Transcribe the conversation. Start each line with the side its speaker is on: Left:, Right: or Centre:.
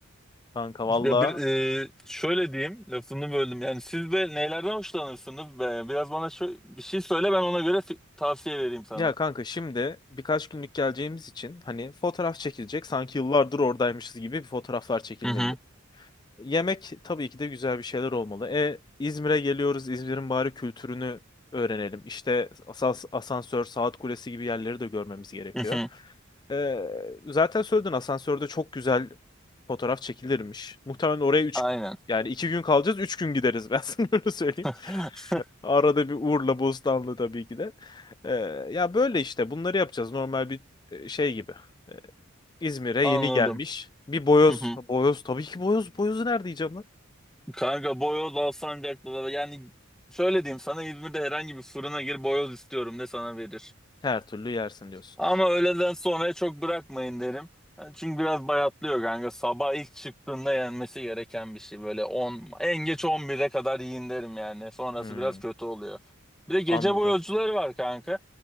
Left: Kanka valla.
Centre: Ya bir, e, şöyle diyeyim lafını böldüm. Yani siz de nelerden hoşlanırsınız be? Biraz bana şu, bir şey söyle ben ona göre fi- tavsiye vereyim sana.
Left: Ya kanka şimdi birkaç günlük geleceğimiz için hani fotoğraf çekilecek sanki yıllardır oradaymışız gibi bir fotoğraflar çekilmeli.
Centre: Hı hı.
Left: Yemek tabii ki de güzel bir şeyler olmalı. E İzmir'e geliyoruz İzmir'in bari kültürünü öğrenelim. İşte asas, asansör, saat kulesi gibi yerleri de görmemiz gerekiyor.
Centre: Hı hı.
Left: E, zaten söyledin asansörde çok güzel fotoğraf çekilirmiş. Muhtemelen oraya 3
Centre: Aynen.
Left: yani 2 gün kalacağız 3 gün gideriz <laughs> ben sana öyle söyleyeyim.
Centre: <laughs>
Left: Arada bir Urla Bostanlı tabii ki de. Ee, ya böyle işte bunları yapacağız. Normal bir e, şey gibi. Ee, İzmir'e
Centre: Anladım.
Left: yeni gelmiş. Bir boyoz.
Centre: Hı hı.
Left: Boyoz tabii ki boyoz. Boyozu nerede yiyeceğim lan?
Centre: Kanka boyoz Alsancak'ta da yani şöyle diyeyim sana İzmir'de herhangi bir fırına gir boyoz istiyorum de sana verir.
Left: Her türlü yersin diyorsun.
Centre: Ama öğleden sonraya çok bırakmayın derim. Yani çünkü biraz bayatlıyor kanka. Sabah ilk çıktığında yenmesi gereken bir şey. Böyle 10 en geç 11'e kadar yiyin derim yani. Sonrası
Left: Hmm,
Centre: biraz kötü oluyor. Bir de gece
Left: anladım.
Centre: boyozcuları var kanka.